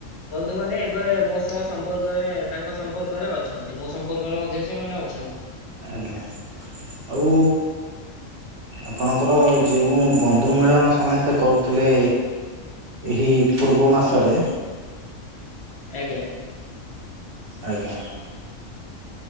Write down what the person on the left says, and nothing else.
ବନ୍ଧୁମାନେ ଏବେ ମୋ ସହ ସମ୍ପର୍କରେ ତାଙ୍କ ସମ୍ପର୍କରେ ଅଛନ୍ତି ମୋ ସମ୍ପର୍କର ଦେ ସେମାନେ ଅଛନ୍ତି।
ଆଜ୍ଞା।